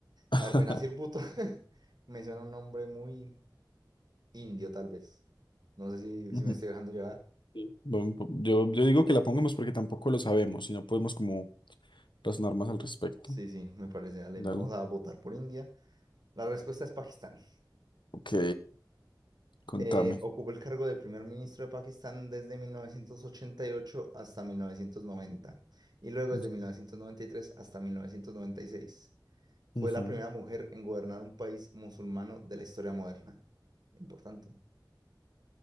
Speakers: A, on the left; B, on the right.
A: <laughs>
B: A ver, Benazir Bhutto <laughs> me suena un nombre muy indio, tal vez. No sé si,
A: Ujú.
B: si me estoy dejando llevar.
A: Sí. Bueno, po- yo, yo digo que la pongamos porque tampoco lo sabemos y no podemos como razonar más al respecto.
B: Sí, sí, me parece. Dale,
A: Dale.
B: vamos a votar por India. La respuesta es Pakistán.
A: Ok, contame.
B: Eh, ocupó el cargo de primer ministro de Pakistán desde 1988 hasta 1990 y luego
A: Ujú.
B: desde mil novecientos noventa y tres hasta 1996. Fue
A: Ujú.
B: la primera mujer en gobernar un país musulmano de la historia moderna. Importante.